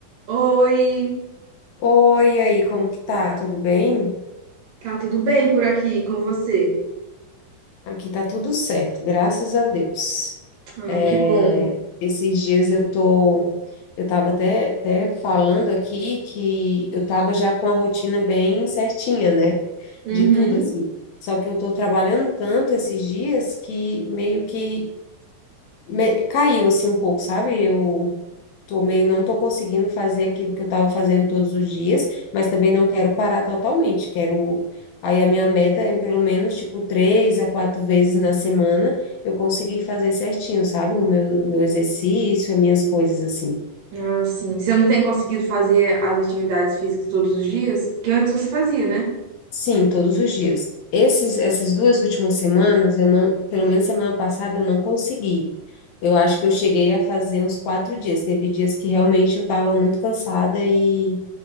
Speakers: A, on the right; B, on the left.
A: Oi,
B: Oi, e aí, como que tá? Tudo bem?
A: tá tudo bem por aqui com você?
B: Aqui tá tudo certo, graças a Deus.
A: Ai,
B: É,
A: que bom.
B: esses dias eu tô, eu tava até, até falando aqui que eu tava já com a rotina bem certinha, né?
A: Uhum.
B: De tudo assim. Só que eu tô trabalhando tanto esses dias que meio que me- caiu assim um pouco, sabe? Eu tô meio, não tô conseguindo fazer aquilo que eu estava fazendo todos os dias, mas também não quero parar totalmente. Quero. Aí a minha meta é pelo menos tipo três a quatro vezes na semana eu conseguir fazer certinho, sabe? O meu, meu exercício, as minhas coisas assim.
A: Ah, sim. Você não tem conseguido fazer as atividades físicas todos os dias? Que antes você fazia, né?
B: Sim, todos os dias. Esses, essas duas últimas semanas, eu não, pelo menos semana passada, eu não consegui. Eu acho que eu cheguei a fazer uns quatro dias. Teve dias que realmente eu estava muito cansada e,